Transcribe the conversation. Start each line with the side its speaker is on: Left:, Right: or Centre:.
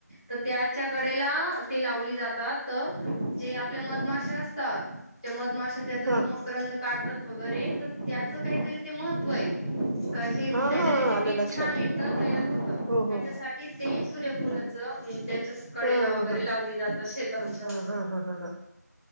Left: तर त्याच्या कडेला ते लावली जात त जे आपल्या मधमाश असतात त्या मधमाशा त्या त
Right: हा हा
Left: माकरंद काढतात वगैरे तर त्याचं काहीतरी ते महत्त्व आहे. हे
Right: हा
Left: त्याच्याने
Right: हा
Left: ते
Right: आलं
Left: पीक
Right: लक्षात
Left: छान येत तयार होत
Right: हो
Left: त्याच्यासाठी
Right: हो
Left: ते सूर्यफुलाचं त्या कडेला
Right: हा
Left: वगैरे
Right: हा हा
Left: लावली जातात शेतांच्या
Right: ह ह
Left: अस.
Right: ह ह ह ह